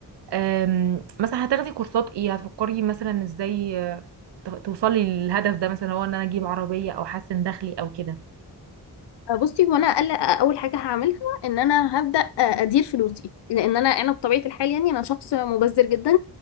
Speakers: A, on the right (about 85°); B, on the left (about 85°).
A: آم، مثلا هتاخدي كورسات ايه هتفكري مثلا ازاي آه، ت- توصلي للهدف ده مثلا هو ان انا اجيب عربيه او احسن دخلي او كده
B: بصي هو انا اقل اول حاجه هعملها ان انا هبدا ادير فلوسي لان انا انا بطبيعه الحال يعني انا شخص مبذر جدا